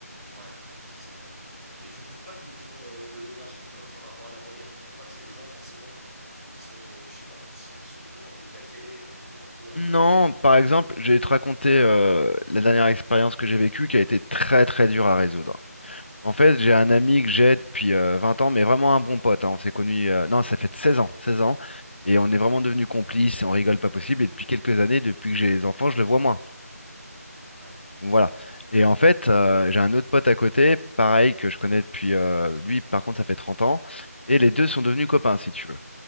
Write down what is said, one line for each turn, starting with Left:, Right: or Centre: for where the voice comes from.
Right: Ouais, c'est ça. Mais tu trouves pas qu'ils ont euh, de l'énergie euh, par rapport à la moyenne Tu trouves pas que c'est des gens, forcément, qui se. Je sais pas, qui sont toujours un peu au taquet, euh, toujours un peu à.
Left: Non, par exemple, je vais te raconter euh, la dernière expérience que j'ai vécue qui a été très très dure à résoudre. En fait, j'ai un ami que j'ai depuis euh, 20 ans, mais vraiment un bon pote. hein. On s'est connus,
Right: Mhm,
Left: euh, non, ça fait 16 ans, 16 ans, et on
Right: D'accord.
Left: est vraiment devenus complices, et on rigole pas possible. Et depuis quelques années, depuis que j'ai les enfants, je le vois moins.
Right: Ouais.
Left: Voilà. Et en fait, euh, j'ai un autre pote à côté, pareil, que je connais depuis... euh, lui, par contre, ça fait 30 ans. Et les
Right: Mhm,
Left: deux sont devenus copains, si tu veux.